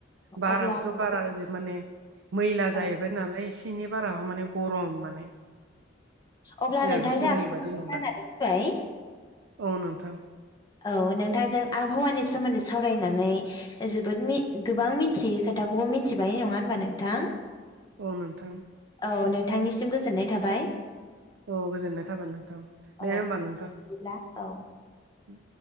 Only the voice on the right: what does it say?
बाराबोथ'
बारा ज माने मैला
जाहैबाय नालाय एसे एनै बाराबो माने गरम माने
सिगां
समनि
बादि नंला
औ नोंथां।
औ नोंथां।
औ गोजोननाय थाबाय नोंथां दे
होमबा नोंथां।
द